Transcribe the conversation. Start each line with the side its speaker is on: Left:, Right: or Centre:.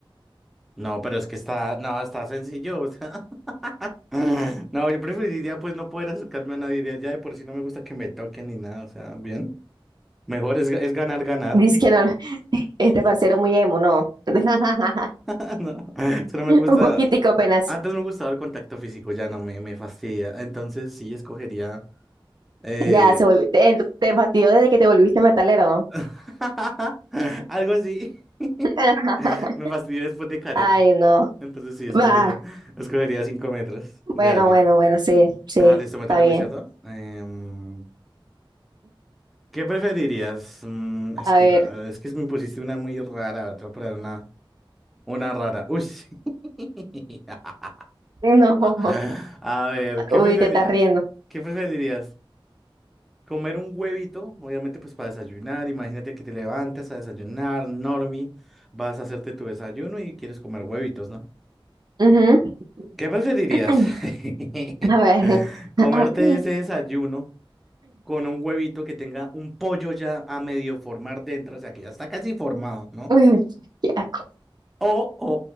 Centre: no, pero es que está, no, está sencillo, o sea. <laughs> No, yo preferiría pues no poder acercarme a nadie, de allá de por sí no me gusta que me toquen ni nada, o sea, bien. Mejor es, ga- es ganar, ganar.
Right: Dice que no, <laughs> este parcero muy emo, no. <laughs>
Centre: <laughs> No, solo me gusta,
Right: Un poquitico apenas.
Centre: antes me gustaba el contacto físico, ya no me, me fastidia. Entonces sí escogería eh...
Right: Ya se volvió. Te, te fastidió desde que te volviste metalero, ¿no?
Centre: <laughs> algo así. <laughs>
Right: <laughs>
Centre: Me fastidió después de Karen.
Right: Ay, no.
Centre: Entonces sí escogería,
Right: Va.
Centre: escogería 5 metros de
Right: Bueno,
Centre: alguien.
Right: bueno, bueno, sí, sí,
Centre: Ah, listo, me
Right: está
Centre: toca
Right: bien.
Centre: a mí, ¿cierto? Em, ¿qué preferirías? Mm, es
Right: A
Centre: que,
Right: ver.
Centre: eh, es que me pusiste una muy rara, te voy a poner una, una rara. Uy, sí. <laughs>
Right: <laughs>
Centre: A
Right: No.
Centre: ver, ¿qué
Right: Uy,
Centre: preferi-
Right: te estás riendo.
Centre: qué preferirías? ¿Comer un huevito? Obviamente, pues para desayunar. Imagínate que te levantas a desayunar, normie, vas a hacerte tu desayuno y quieres comer huevitos, ¿no?
Right: Ujú.
Centre: ¿Qué preferirías?
Right: <clears throat>
Centre: <laughs>
Right: A ver.
Centre: ¿Comerte
Right: <laughs>
Centre: ese desayuno? con un huevito que tenga un pollo ya a medio formar dentro, o sea, que ya está casi formado, ¿no?
Right: Uy, qué asco.
Centre: O, o,